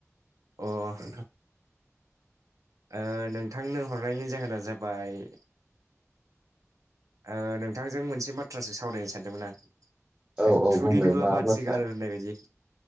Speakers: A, on the right (about 85°); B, on the right (about 20°).
A: अह ओ नोंथांनो हरनायनि जाहोना जाबाय ओ नोंथांजों मोनसे बाथ्रासो सावरायनो सानदोंमोन आं।
B: औ औ
A: थुरिनुब्ला
B: बुंलाय मा
A: बाथि
B: बाथ्रा
A: गारो होननाय बायदि।